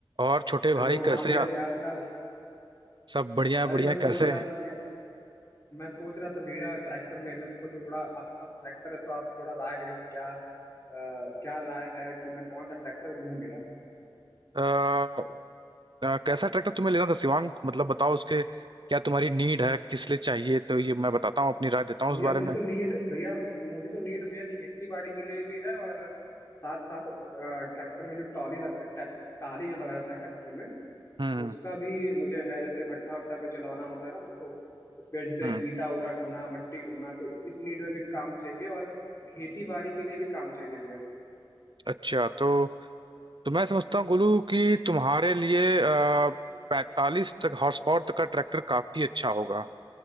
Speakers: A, on the right (about 60°); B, on the left (about 30°).
A: और छोटे भाई
B: Hello
A: कैसे
B: हाँ भैया
A: आ-
B: क्या हाल चाल
A: सब बढ़िया है,
B: अरे
A: बढ़िया
B: मैं
A: है,
B: सोच
A: कैसे
B: रहा था भैया मैं सोच रहा था भैया ट्रैक्टर लेने को तो थोड़ा आपके पास ट्रैक्टर है तो आपसे थोड़ा राय लेनी थी क्या अ, क्या राय है कि मैं कौन सा ट्रैक्टर लूं भैया
A: आ, कैसा ट्रैक्टर तुम्हें लेना था शिवांग मतलब बताओ उसके क्या तुम्हारी नीड है किस लिए चाहिए तो ये मैं बताता हूँ अपनी राय देता हूँ
B: भैया
A: उस बारे
B: मुझे
A: में
B: तो नीड भैया मुझे तो नीड भैया खेती बाड़ी के लिए भी है और साथ साथ ट्रैक्टर में जो टॉली लगा टा- टाली जो लगा रहता है ट्रैक्टर में
A: हम्म
B: उसका भी मुझे है जैसे भट्टा वट्टा पे चलवाना होता है ना तो उस पे जैसे
A: हम्म
B: ईटा उटा ढोना मट्टी ढोना तो इस नीड में भी काम चाहिए और खेती बाड़ी के लिए भी काम चाहिए भैया
A: अच्छा तो तो मैं समझता हूँ गोलू कि तुम्हारे लिए आ, पैंतालीस तक हॉर्स पावर तक का ट्रैक्टर काफी अच्छा होगा